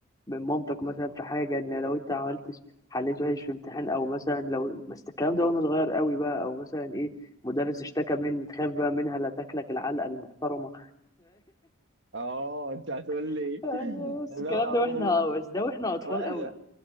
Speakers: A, on the left; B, on the right.
A: من مامتك مثلا في حاجة إن لو أنت عملتش حليت وحش في امتحان أو مثلا لو بس الكلام ده وأنا صغير قوي بقى أو مثلا إيه مدرس اشتكى مني تخاف بقى منها لا تاكلك العلقة المحترمة
B: اه انت هتقول
A: <laughs>
B: لي <laughs>
A: بس
B: اللي
A: الكلام
B: هو
A: ده وإحنا بس ده وإحنا أطفال
B: واحنا
A: قوي